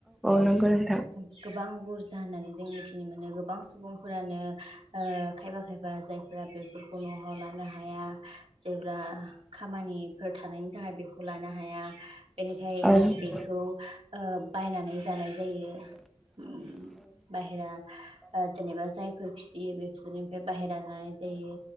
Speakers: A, in the centre; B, on the right.
A: नंगौ नोंथां
B: गोबां बुरजा होननानै जों मिथि नो मोनो गोबां सुबुंफोरानो ओ खायफा खायफा जायफोरा बेफोरखौ न'हाव लानो हाया जेब्ला खामानि फोर थानायनि थाखाय बेखौ लानो हाया। बेनिखायनो
A: औ-औ-औ-औ-औ-औ-औ-औ-औ
B: बेखौ ओ बायनानै जानाय जायो। उम बाहेरा ओ जेनेबा जाय फोर फिसियो बे बेसोरनिफ्राय बाहेरा जानाय जायो